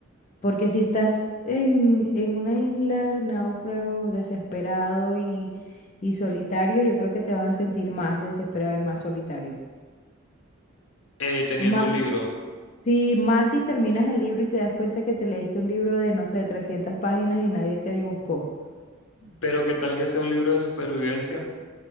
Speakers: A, on the left; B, on the left.
A: Porque si estás en, en una isla, náufrago, desesperado y, y solitario, yo creo que te vas a sentir más desesperado y más solitario.
B: eh, teniendo
A: Más,
B: un libro.
A: si, más si terminas el libro y te das cuenta que te leíste un libro de, no sé, 300 páginas y nadie te buscó.
B: Pero qué tal que sea un libro de supervivencia.